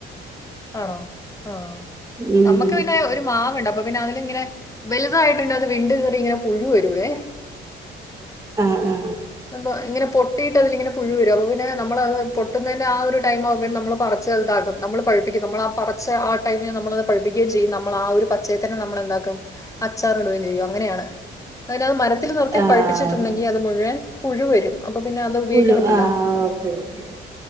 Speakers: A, on the left (about 15°); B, on the right (about 15°).
A: ആണോ ആ
B: ഉം
A: നമ്മുക്ക് പിന്നെ ഒരു മാവുണ്ട് അപ്പൊ പിന്നെ അതിലിങ്ങനെ വലുതായിട്ടുണ്ട് അത് വീണ്ട് കയറി ഇങ്ങനെ പുഴു വരുവേ
B: ആ ആ ആ
A: അപ്പ ഇങ്ങനെ പൊട്ടീട്ട് അതിലിങ്ങനെ പുഴു വരും അപ്പ പിന്ന നമ്മളത് പൊട്ടുന്നേനെ ആ ഒരുടൈം ആവുമ്പോഴും നമ്മൾ പറിച്ചത് താകും നമ്മൾ പഴുപ്പിക്കും നമ്മളാ പറിച്ച് ആ ടൈമിനത് നമ്മളത് പഴിപ്പിക്കുകയും ചെയ്യും നമ്മൾ ആ ഒരു പച്ചയെ തന്നെ നമ്മളെന്താക്കും അച്ചാർടുകയും ചെയ്യും അങ്ങനെയാണ് അയ്നത് മരത്തിൽ നിർത്തി
B: ആഹ്
A: പഴിപ്പിച്ചിട്ടുണ്ടെങ്കിൽ അത് മുഴുവൻ പുഴു വരും അപ്പൊ പിന്നെ അത് ഉപയോഗിക്കാൻ
B: പുഴു
A: പറ്റില്ല
B: ആഹ് ഓക്കെ ഓക്കെ